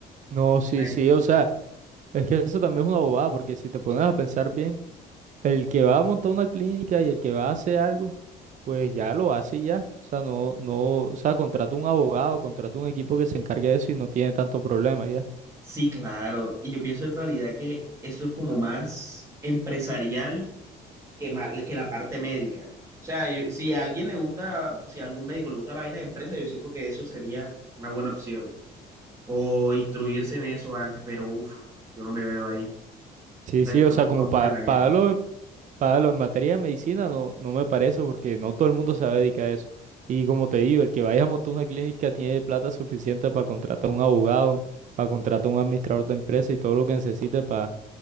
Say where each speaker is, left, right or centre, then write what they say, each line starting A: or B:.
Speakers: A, on the right (about 45°); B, on the right (about 15°).
A: No, sí,
B: Ay,
A: sí, o sea, es que eso también es una bobada, porque si te pones a pensar bien, el que va a montar una clínica y el que va a hacer algo. pues ya lo hace y ya. O sea, no, no, o sea, contrata un abogado, contrata un equipo que se encargue de eso y no tiene tanto problema ya.
B: Sí, claro. Y yo pienso en realidad que eso es como más empresarial que, ma- que la parte médica. O sea, yo- si a alguien le gusta, si a algún médico le gusta la vaina de empresa, yo siento que eso sería una buena opción. O instruirse en eso antes, pero uff, yo no me veo ahí.
A: Sí,
B: O sea,
A: sí,
B: yo
A: o sea,
B: me
A: como
B: veo como
A: para
B: en la guerra,
A: darlo, en pa darlo en materia de medicina no, no me parece porque no todo el mundo se va a dedicar a eso. Y como te digo, el que vaya a montar una clínica tiene plata suficiente para contratar un abogado, para contratar un administrador de empresa y todo lo que necesite para